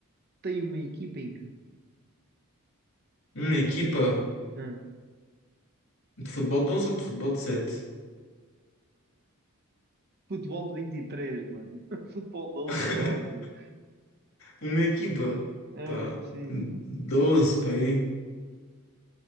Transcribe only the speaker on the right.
tem uma equipa em campo?
Hã?
Futebol de 23, mano. <laughs> Futebol de 11,
claro. puto.
Ah,
sim.